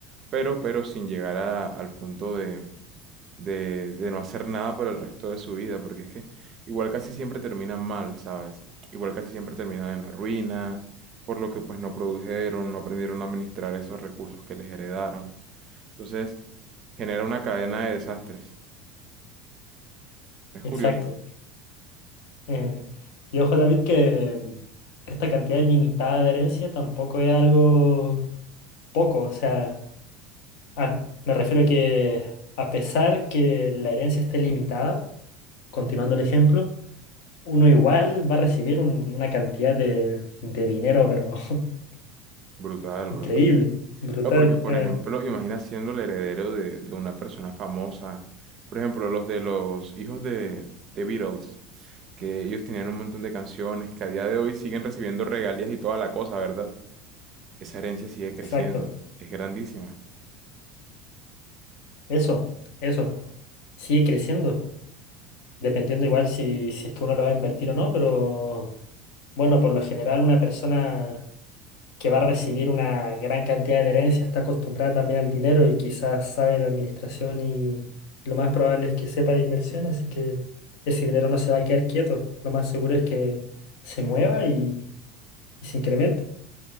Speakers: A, on the right; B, on the left.
A: pero, pero sin llegar a- al punto de, de, de no hacer nada por el resto de su vida, porque es que igual casi siempre termina mal, ¿sabes? Igual casi siempre terminan en la ruina, por lo que pues no produjeron, no aprendieron a administrar esos recursos que les heredaron. Entonces, genera una cadena de desastres. Es curioso.
B: Exacto. Eh, y ojo, David, que mm, esta cantidad limitada de herencia tampoco es algo poco. O sea, a- me refiero que a pesar que la herencia esté limitada, continuando el ejemplo, uno igual va a recibir un- una cantidad de, de dinero, pero <laughs>
A: Brutal,
B: increíble,
A: brutal.
B: brutal.
A: No, porque por
B: eh,
A: ejemplo, imagina siendo el heredero de, de una persona famosa. Por ejemplo, los de los hijos de, de Beatles, que ellos tenían un montón de canciones que a día de hoy siguen recibiendo regalías y toda la cosa, ¿verdad? Esa herencia sigue creciendo,
B: exacto.
A: es grandísima.
B: Eso, eso. Sigue creciendo, dependiendo igual si, si es que uno lo va a invertir o no, pero bueno, por lo general una persona... que va a recibir una gran cantidad de herencia, está acostumbrada también al dinero y quizás sabe de administración y lo más probable es que sepa de inversión, así que ese dinero no se va a quedar quieto. Lo más seguro es que se mueva y, y se incremente.